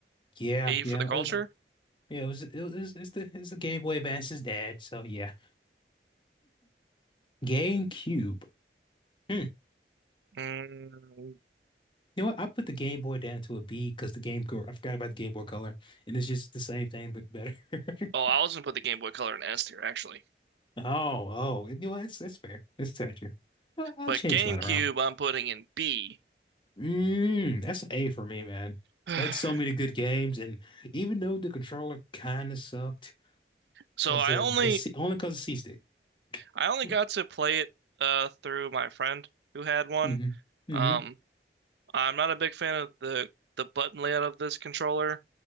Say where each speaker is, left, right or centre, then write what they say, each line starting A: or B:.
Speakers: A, on the left; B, on the right.
A: Yeah,
B: A
A: yeah,
B: for the
A: uh,
B: culture?
A: uh, yeah. It was it was it's the it's the Game Boy Advance's dad. So yeah, GameCube. Hmm.
B: Mm.
A: You know what? I put the Game Boy down to a B because the Game Girl. I forgot about the Game Boy Color, and it's just the same thing but better. <laughs>
B: Oh, I was gonna put the Game Boy Color in S tier actually.
A: Oh, oh, you know what? that's it's fair. That's touching. I'll, I'll
B: But
A: change
B: GameCube
A: mine around.
B: I'm putting in B.
A: Mm, that's an A for me, man.
B: <sighs>
A: It's so many good games, and even though the controller kind of sucked,
B: So
A: because
B: I
A: it,
B: only
A: it's only because of C-Stick. <laughs>
B: I only got to play it uh through my friend who had one.
A: hmm hmm
B: Um I'm not a big fan of the the button layout of this controller.